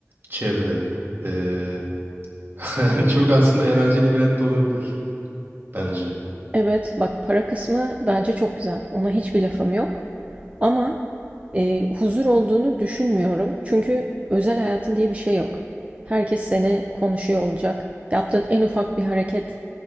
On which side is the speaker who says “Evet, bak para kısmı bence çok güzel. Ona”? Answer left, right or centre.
Right